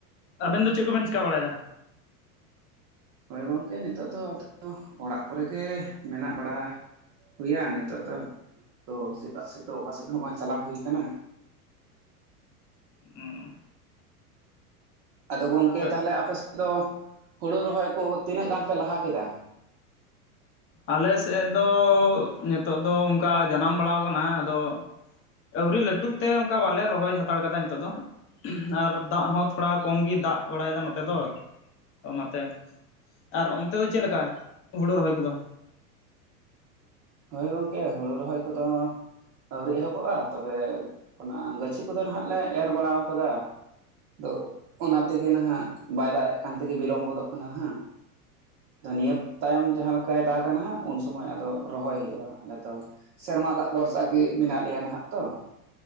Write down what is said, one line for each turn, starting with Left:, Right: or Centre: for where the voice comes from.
Left: ᱟᱵᱮᱱ ᱫᱚ ᱪᱮᱫ ᱠᱚᱵᱮᱱ ᱪᱤᱠᱟ ᱵᱟᱲᱟᱭ ᱮᱫᱟ?
Right: ᱦᱳᱭ ᱜᱚᱝᱠᱮ, ᱱᱤᱛᱚᱜ ᱫᱚ ᱟᱫᱚ ᱚᱲᱟᱜ ᱠᱚᱨᱮ ᱜᱮ ᱢᱮᱱᱟᱜ ᱵᱟᱲᱟ ᱦᱩᱭᱟ᱾ ᱱᱤᱛᱳᱜ ᱫᱚ ᱛᱚ ᱥᱮᱛᱟᱜ ᱥᱮᱛᱳᱜ ᱫᱚ ᱚᱠᱟ ᱥᱮᱫ ᱦᱚᱸ ᱵᱟᱝ ᱪᱟᱞᱟᱣ ᱦᱩᱭ ᱠᱟᱱᱟ᱾
Left: ᱦᱩᱸ᱾
Right: ᱟᱫᱚ ᱜᱚᱝᱠᱮ
Left: ᱟᱨ
Right: ᱛᱟᱦᱚᱞᱮ ᱟᱯᱮ ᱥᱮᱫ ᱫᱚ ᱦᱩᱲᱩ ᱨᱚᱦᱚᱭ ᱠᱚ ᱛᱤᱱᱟᱹᱜ ᱜᱟᱱ ᱯᱮ ᱞᱟᱦᱟ ᱠᱮᱫᱟ?
Left: ᱟᱞᱮ ᱥᱮᱫ ᱫᱚ ᱱᱤᱛᱚᱜ ᱫᱚ ᱚᱱᱠᱟ ᱡᱟᱱᱟᱢ ᱵᱟᱲᱟᱣ ᱠᱟᱱᱟ᱾ ᱟᱫᱚ ᱟᱹᱣᱨᱤ ᱞᱟᱹᱴᱩᱜ ᱛᱮ, ᱚᱱᱠᱟ ᱵᱟᱞᱮ ᱨᱚᱦᱚᱭ ᱦᱟᱛᱟᱲ ᱠᱟᱫᱟ, ᱱᱤᱛᱚᱜ ᱫᱚ ᱟᱨ ᱫᱟᱜ ᱦᱚᱸ ᱛᱷᱚᱲᱟ ᱠᱚᱢ ᱜᱮ ᱫᱟᱜ ᱵᱟᱲᱟᱭ ᱮᱫᱟ, ᱱᱚᱛᱮ ᱫᱚ ᱚᱱᱟᱛᱮ ᱟᱨ ᱚᱱᱛᱮ ᱫᱚ ᱪᱮᱫ ᱞᱮᱠᱟ ᱦᱩᱲᱩ ᱨᱚᱦᱚᱭ ᱠᱚᱫᱚ?
Right: ᱦᱳᱭ, ᱜᱚᱝᱠᱮ ᱦᱩᱲᱩ ᱨᱚᱦᱚᱭ ᱠᱚᱫᱚ ᱟᱹᱣᱨᱤ ᱮᱦᱚᱵᱚᱜᱼᱟ᱾ ᱛᱚᱵᱮ ᱚᱱᱟ ᱜᱟᱹᱪᱷᱤ ᱠᱚᱫᱚ ᱱᱟᱦᱟᱜ ᱞᱮ ᱮᱨ ᱵᱟᱲᱟ ᱟᱠᱟᱫᱟ᱾ ᱟᱫᱚ ᱚᱱᱟ ᱛᱮᱜᱮ ᱱᱟᱦᱟᱜ ᱵᱟᱭ ᱫᱟᱜ ᱮᱜ ᱠᱟᱱ ᱛᱮᱜᱮ ᱵᱤᱞᱚᱢ ᱜᱚᱫᱚᱜ ᱠᱟᱱᱟ ᱦᱟᱸᱜ᱾ ᱛᱚ ᱱᱤᱭᱟᱹ ᱛᱟᱭᱚᱢ ᱡᱟᱦᱟᱸ ᱞᱮᱠᱟᱭ ᱫᱟᱜ ᱠᱟᱱᱟ, ᱦᱟᱸᱜ ᱩᱱ ᱥᱚᱢᱚᱭ ᱟᱫᱚ ᱨᱚᱦᱚᱭ ᱦᱩᱭᱩᱜᱼᱟ᱾ ᱟᱞᱮ ᱫᱚ ᱥᱮᱨᱢᱟ ᱫᱟᱜ ᱵᱷᱚᱨᱥᱟ ᱜᱮ ᱢᱮᱱᱟᱜ ᱞᱮᱭᱟ ᱱᱟᱦᱟᱜ ᱛᱚ᱾